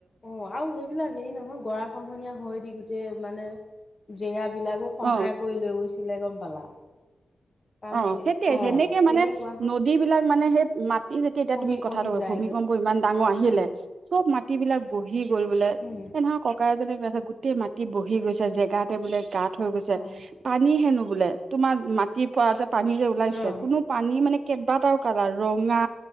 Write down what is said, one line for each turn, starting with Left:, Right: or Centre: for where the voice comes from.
Left: অ আৰু সেইবিলাক হেৰি নহয় গৰা খহনীয়া হয় দি গোটেই মানে জেগা বিলাকো খহায়
Right: অ
Left: কৰি লৈ গৈছিলে গম পালা কাৰণ
Right: অ'
Left: কি
Right: সেই তিয়াই
Left: অ'
Right: সেনেকে মানে
Left: তেনেকুৱা হ
Right: নদী বিলাক মানে সেই মা ই যেতিয়া এতিয়া
Left: খহি
Right: তুমি কথাটো
Left: খহি
Right: কয়
Left: যায়গৈ
Right: ভূমিকম্প ইমান ডাঙৰ আহিলে
Left: উম।
Right: চব মাটি বিলাক বহি গ'ল বোলে।
Left: উম
Right: সেই নহৰ ককা এজনে কৈ আছে গোটেই মাটি বহি গৈছে জেগাতে বোলে গাত থ গৈছে
Left: অ'
Right: পানী হেনো বোলে তোমাৰ মাটিৰ প যে পানী যে ওলাইছে
Left: অ'
Right: কোনো পানী মানে কেইবাটাও কালাৰ ৰঙা